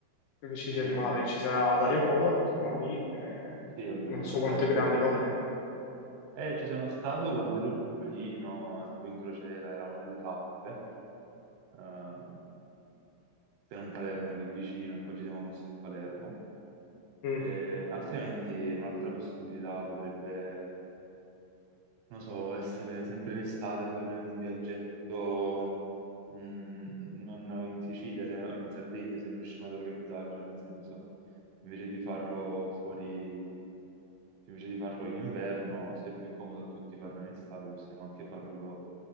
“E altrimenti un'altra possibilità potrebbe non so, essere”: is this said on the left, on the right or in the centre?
Right